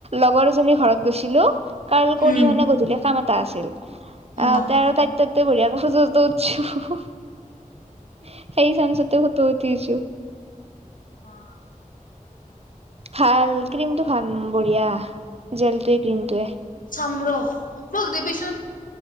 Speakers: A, on the right; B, on the left.
A: লগৰ এজনী ঘৰত গৈছিলো। কাৰ্ল কৰি
B: উম
A: মানে গধূলি কামত। এটা আছিল।
B: অ
A: অহ', তেৰ তাই ত বঢ়িয় মই ফটো চটো উঠচো। সেই চেন্সতে ফটো উঠি আহিছোঁ। উ <inaudible>
B: অহ',
A: ভাল ক্ৰীমটো ভাল বঢ়িয়া জেলটয়ে ক্ৰ্ৰীমটয়ে।
B: চম ৰস মোক দিবিচোন।